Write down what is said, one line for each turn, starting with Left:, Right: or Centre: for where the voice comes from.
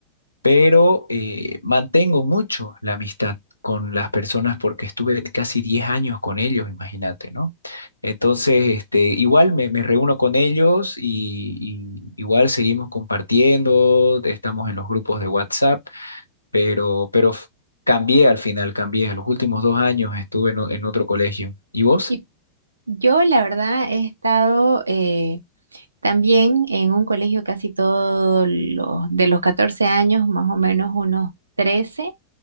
Left: pero eh, mantengo mucho la amistad con las personas porque estuve casi 10 años con ellos, imagínate, ¿no? Entonces, este, igual me, me reúno con ellos y, y igual seguimos compartiendo, estamos en los grupos de WhatsApp, pero, pero f- cambié al final, cambié. A Los últimos dos años estuve en, o- en otro colegio. ¿Y vos?
Right: Y yo, la verdad, he estado, eh, También en un colegio casi todos los, de los 14 años, más o menos unos trece